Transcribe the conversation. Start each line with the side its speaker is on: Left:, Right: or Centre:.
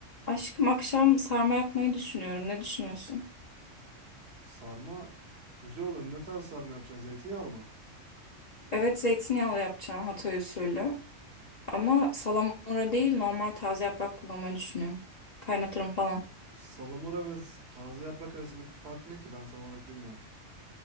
Left: Aşkım akşam sarma yapmayı düşünüyorum. Ne düşünüyorsun?
Right: Sarma güzel olur. Ne tarz sarma yapacaksın? Zeytinyağlı mı?
Left: Evet zeytinyağlı yapacağım Hatay usulü. Ama salamura değil normal taze yaprak kullanmayı düşünüyorum. Kaynatırım falan.
Right: Salamura ve z- taze yaprak arasındaki fark ne ki? Ben tam olarak bilmiyorum.